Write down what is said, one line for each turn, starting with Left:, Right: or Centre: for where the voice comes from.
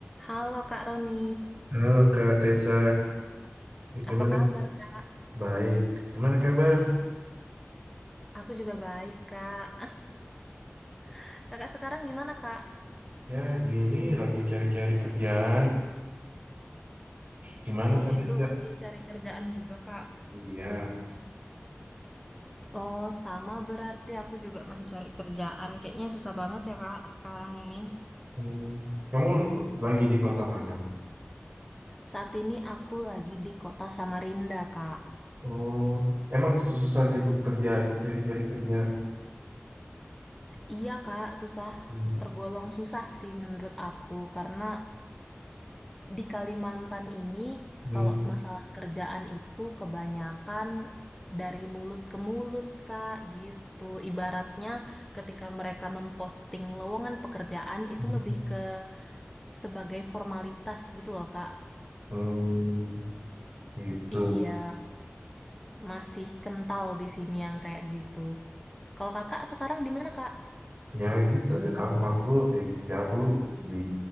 Centre: Halo Kak Roni,
Right: Halo Kak Tessa, gimana?
Centre: apa kabar Kak?
Right: Baik, gimana kabar?
Centre: Aku juga baik Kak. <laughs> Kakak sekarang gimana Kak?
Right: Ya gini, lagi cari-cari kerjaan. Gimana
Centre: Oh
Right: sana
Centre: gitu,
Right: juga?
Centre: masih cari kerjaan juga Kak.
Right: Iya.
Centre: Oh sama berarti aku juga masih cari kerjaan. Kayaknya susah banget ya Kak sekarang ini.
Right: Hmm, Kamu lagi di kota mana?
Centre: Saat ini aku lagi di kota Samarinda Kak.
Right: Oh, emang susah sih itu kerjaan, cari-cari kerjaan.
Centre: Iya Kak, susah.
Right: Hmm.
Centre: Tergolong susah sih menurut aku karena Di Kalimantan ini,
Right: Hmm.
Centre: kalau masalah kerjaan itu kebanyakan dari mulut ke mulut, Kak, gitu. Ibaratnya ketika mereka memposting lowongan pekerjaan itu
Right: Hmm.
Centre: lebih ke sebagai formalitas gitu loh, Kak.
Right: Hmm. Gitu.
Centre: Iya, masih kental di sini yang kayak gitu. Kalau kakak sekarang di mana, Kak?
Right: ya gitu kamu aku ya aku di